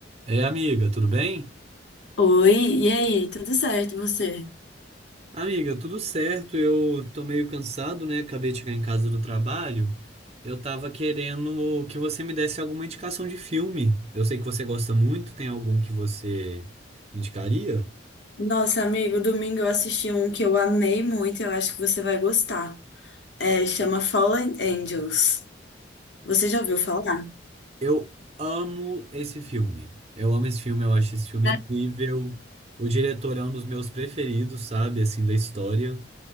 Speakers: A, on the right; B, on the left.
A: É, amiga, tudo bem?
B: Oi, e aí? Tudo certo, e você?
A: Amiga, tudo certo. Eu tô meio cansado, né? Acabei de chegar em casa do trabalho. Eu tava querendo que você me desse alguma indicação de filme. Eu sei que você gosta muito. Tem algum que você me indicaria?
B: Nossa, amigo, domingo eu assisti um que eu amei muito, eu acho que você vai gostar. É, chama Fallen Angels. Você já ouviu falar?
A: Eu amo esse filme. Eu amo esse filme, eu acho esse filme
B: Né?
A: incrível. O diretor é um dos meus preferidos, sabe? Assim, da história.